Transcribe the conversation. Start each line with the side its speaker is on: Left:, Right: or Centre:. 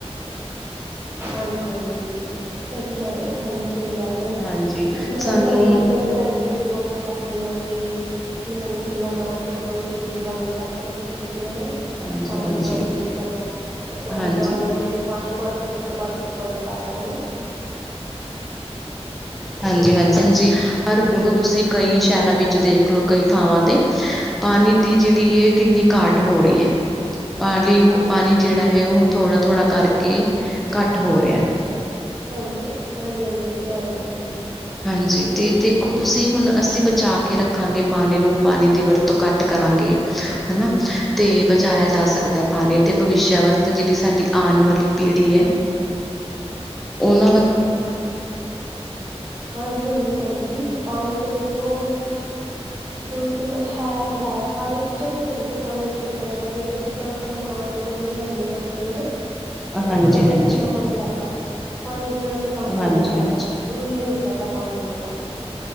Right: ਹਾਂਜੀ ਹਾਂਜੀ ਏ ਤੇ ਹੈ ਈ ਐ ਭੈਣ ਜੀ ਸਈ ਗੱਲ ਐ।
Centre: ਹਾਂਜੀ
Right: ਮੈਂ
Centre: ਸਾਨੂੰ
Right: ਤੇ ਅਪਨੇ ਬੱਚੇਆਂ ਨੂੰ ਭੈਣ ਜੀ ਮੋਟ ਰੱਖਨੀ ਆਂ ਕਿ ਨਲ ਖੁੱਲਾ ਨਾ ਛੱਡੋ, ਟੂਟੀ ਨੂੰ ਬੰਦ ਕਰਕੇ ਰੱਖੋ ਤੁਸੀ ਹਨਾ
Centre: ਹਾਂਜੀ,
Right: ਪਾਣੀ
Centre: ਹਾਂਜੀ। ਹਾਂਜੀ,
Right: ਨਾ ਵੇਸਟ ਕਰੋ ਅਪਣਾ
Centre: ਹਾਂਜੀ,
Right: ਨਾਨ ਲੱਗੇ ਪਾਣੀ ਭਰੋ ਤੇ ਉਸ ਤੋਂ ਬਾਦ ਟੁੱਟੀ ਬੰਦ ਕਰਦੋ ਹਨਾ <inaudible>
Centre: ਹਾਂਜੀ ਹਾਂਜੀ ਹਾਂਜੀ ਹਰ ਤੁਸੀਂ ਕਈ ਸੈ਼ਰਾਂ ਵਿੱਚ ਦੇਖ ਲੋ ਕਈ ਥਾਵਾਂ ਤੇ ਪਾਣੀ ਦੀ ਜੇੜੀ ਏ ਕਿੰਨੀ ਘਾਟ ਹੋ ਰੀਐ। ਪਾਲੀ ਹੋ ਪਾਣੀ ਜੇੜਾ ਐ ਓ ਥੋੜਾ ਥੋੜਾ ਕਰਕੇ ਘੱਟ ਹੋ ਰੇਐ
Right: ਹਾਂਜੀ ਹਾਂਜੀ ਹਾਂਜੀ ਹਾਂਜੀ ਏ ਤੇ ਹੈ ਈ ਏ ਭੈਂਜੀ।
Centre: ਹਾਂਜੀ ਤੇ ਦੇਖੋ ਤੁਸੀਂ ਹੁਨ ਅਸੀ ਬਚਾ ਕੇ ਰੱਖਾਂਗੇ ਪਾਣੀ ਨੂੰ। ਪਾਣੀ ਦੀ ਵਰਤੋਂ ਘੱਟ ਕਰਾਂਗੇ। ਹਨਾ, ਤੇ ਬਚਾਏਆ ਜਾ ਸਕਦਾ ਪਾਣੀ ਤੇ ਭਵਿਸੇ਼ ਵਾਸਤੇ ਜੇੜੀ ਸਾਡੀ ਆਣ ਵਾਲੀ ਪੀੜੀ ਐ ਓਨਾਂ ਵਾ
Right: ਹਾਂਜੀ ਹਾਂਜੀ ਭੈਣਜੀ, ਪਾਣੀ ਤੋ ਦੇਖੋ ਜਰੂਰਤ ਹੈ ਈ ਹੈ। ਸਾਰੀ ਚੌਵੀ ਘੰਟੇ ਪਾਣੀ ਸਾਨ ਚਾਈਦਾ। ਦੇਖੋ ਜਿੱਦਾਂ ਆਪਾਂ ਮਕਾਨ ਓਧਰੂੰ ਆਨੇ ਆ ਕੋਈ ਹਨਾ, ਤੇ
Centre: ਹਾਂਜੀ
Right: ਆਪਣਾ ਓਰ
Centre: ਹਾਂਜੀ
Right: 'ਚ ਕਿੰਨਾ ਪਾਣੀ ਲੱਗਦਾ ਵਾ। ਪਾਣੀ ਬਿਨਾਂ ਤੇ ਕੰਮ ਹੋ
Centre: ਹਾਂਜੀ
Right: ਈ ਨੀ ਸਕਦਾ,
Centre: ਹਾਂਜੀ
Right: ਓਥੇ ਸ਼ੁਰੂ ਈ ਨੀ ਹੋ ਸਕਦਾ। ਪਾਣੀ ਬਿਨਾਂ ਕੰਮ,